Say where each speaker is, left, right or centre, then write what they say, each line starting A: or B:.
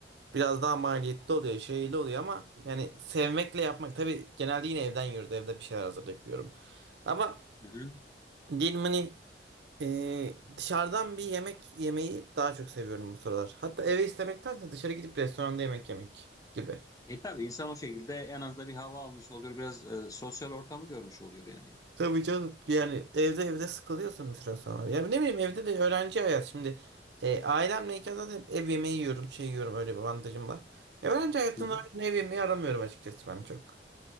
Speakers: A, on the right; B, on the left.
A: biraz daha maliyetli oluyor, şeyli oluyor ama yani sevmekle yapmak. Tabii genelde yine evden yiyoruz. Evde bir şeyler hazırlayıp yiyorum. Ama
B: Hı-hı.
A: diyelim hani e, dışarıdan bir yemek yemeyi daha çok seviyorum bu sıralar. Hatta eve istemektense dışarı gidip restoranda yemek yemek gibi.
B: E tabii insan o şekilde en az da bir hava almış oluyor. Biraz e, sosyal ortamı görmüş oluyor yani.
A: Tabii canım yani evde evde sıkılıyorsun bir süre sonra. Ya ne bileyim evde de öğrenci hayat şimdi e, ailemleyken zaten hep ev yemeği yiyorum şey yiyorum öyle bir avantajım var. Ya öğrenci hayatında
B: Hı-hı.
A: öyle ev yemeği aramıyorum açıkçası ben çok.